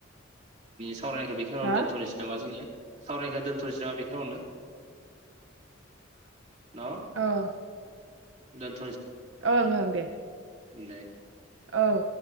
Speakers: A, on the right; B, on the right.
A: सावरायखौ बे खिनिङावनो
B: हा
A: दोनथ'नोसै नामा जोङो सावरायखौ दोन्थ'नोसै नामा बेखिङावनो न
B: अ
A: दोन‌
B: ओं ओं दे
A: दे
B: औ